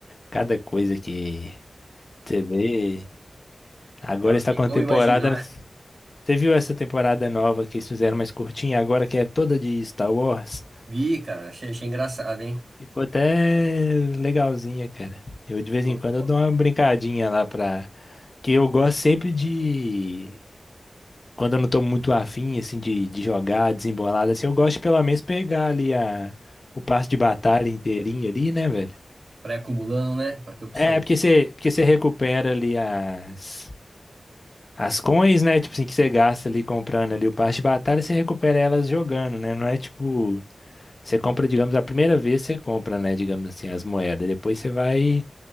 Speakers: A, on the left; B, on the right.
A: cada coisa que você vê. Agora
B: Cara,
A: está
B: tem
A: contemporânea,
B: como imaginar
A: Você viu essa temporada nova que eles fizeram mais curtinha, agora que é toda de Star Wars?
B: Vi, cara, achei, achei engraçado, hein?
A: Ficou até legalzinha, cara. Eu de
B: Ficou,
A: vez em quando
B: ficou
A: eu dou uma brincadinha lá pra. Que eu gosto sempre de. Quando eu não tô muito afim, assim, de, de jogar, desembolado, assim, eu gosto de pelo menos pegar ali a... o passe de batalha inteirinho ali, né, velho?
B: pré-acumulando, né? Pra ter opções.
A: É, porque você, porque você recupera ali as, as coins, né? Tipo assim, que você gasta ali comprando ali o passe de batalha, você recupera elas jogando, né? Não é tipo Você compra, digamos, a primeira vez você compra, né, digamos assim, as moedas. Depois você vai